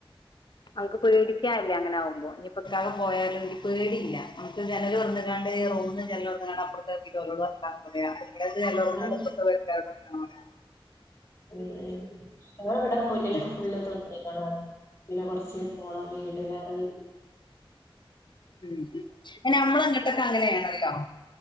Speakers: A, on the left (about 55°); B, on the left (about 30°).
A: അമ്ക്ക് പേടിക്കാൻല്ല്യാ അങ്ങനാവുമ്പോ. ഇനീപ്പൊക്കാക പോയാലും ഇക്ക് പേടീല്ല നമുക്ക് ജനല് തൊറന്ന്ഴിഞാല് ദേ ഈ റൂമ്ജനലൊറന്നാണാ അപ്പറത്തെവീട്ട്ലെ ഓരോട് വർത്താനംപറയാ ൻ്റേടത്തെ ജൻലൊറന്നാല്
B: നല്ല
A: ഇപ്പുറത്ത് എം വീട്ടിലെ ഓരോട് വർത്തമാനം പറയാ
B: ഉം ഉം ആ ഇവിടെ മുന്നിലൊക്കെ
A: ഉം
B: ഫുള്ള് തൊ പിന്നെ കൊർച്ച് പോളം വീട്ടിലെറങ്ങി
A: ഊംഉം പിന്നെ അമ്മള അങ്ങോട്ടൊക്കെ അങ്ങനെയാട്ടോധികം